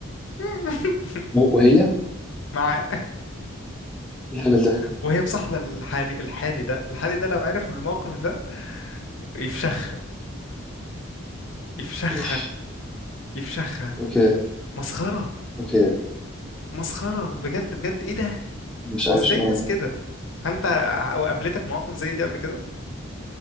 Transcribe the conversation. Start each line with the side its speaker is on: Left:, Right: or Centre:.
Left: <laughs>
Centre: و- وهي إيه
Left: معاه
Centre: الهبل ده
Left: وهي مصاحبة الحالي الحالي ده الحالي ده لو عرف بالموقف ده يفشخها يفشخها
Centre: اوف
Left: يفشخها
Centre: اوكي
Left: مسخرة
Centre: اوكي
Left: مسخرة بجد بجد ايه ده
Centre: مش عارف
Left: ازاي
Centre: شو
Left: الناس كده هل انت ع- قابلتك مواقف زي دي قبل كده